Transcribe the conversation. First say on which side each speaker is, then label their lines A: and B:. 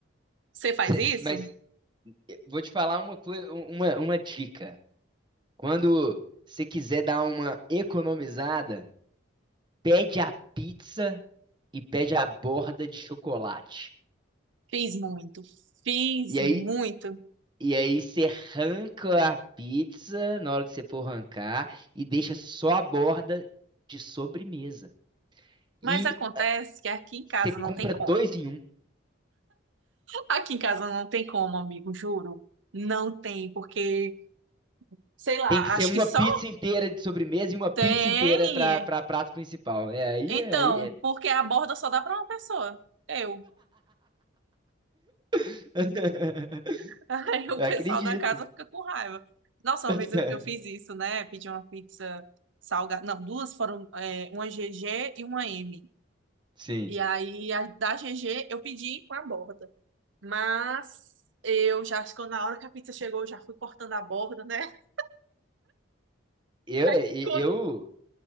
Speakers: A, on the right; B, on the right.
A: Você faz
B: Cê-
A: isso?
B: mas Vou te falar uma coisa, uma, uma dica. Quando você quiser dar uma economizada, pede a pizza e pede a borda de chocolate.
A: Fiz muito. Fiz
B: E aí,
A: muito.
B: e aí você arranca a pizza na hora que você for arrancar e deixa só a borda de sobremesa.
A: Mas
B: E
A: acontece que aqui em
B: você
A: casa
B: compra
A: não tem como.
B: dois em um.
A: Aqui em casa não tem como, amigo, juro. Não tem, porque, sei lá,
B: Tem que ser
A: acho
B: uma
A: que só
B: pizza inteira de sobremesa e uma pizza
A: tem.
B: inteira para para prato principal. É aí,
A: Então,
B: aí. é-
A: porque a borda só dá para uma pessoa. Eu.
B: <laughs>
A: <laughs> Aí o
B: Eu
A: pessoal
B: Acredito.
A: da casa fica com raiva. Nossa, uma
B: <laughs>
A: vez eu, eu fiz isso, né? Pedi uma pizza salgada. Não, duas foram, é, uma GG e uma M.
B: Sim.
A: E aí, a da GG eu pedi com a borda. Mas eu já, acho que na hora que a pizza chegou, eu já fui cortando a borda, né? <laughs>
B: Eu,
A: Aí
B: e-
A: ficou
B: eu,